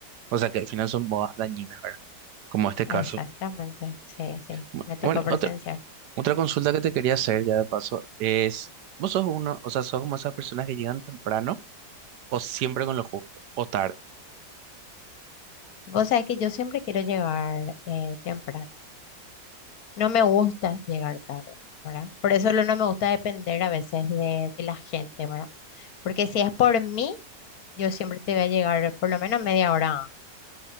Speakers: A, on the right (about 70°); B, on the left (about 60°).
A: o sea, que al final son bodas dañinas, ¿verdad? Como este
B: exactamente,
A: caso.
B: sí, sí,
A: Bu-
B: me tocó
A: Bueno,
B: presenciar.
A: otra, otra consulta que te quería hacer ya de paso es, ¿vos sos uno, o sea, sos como esas personas que llegan temprano o siempre con lo justo o tarde?
B: Vos sabés que yo siempre quiero llegar eh, temprano, no me gusta llegar tarde, ¿verdad? Por eso lo- no me gusta depender a veces de, de la gente, ¿verdad? Porque si es por mí, yo siempre te voy a llegar por lo menos media hora antes.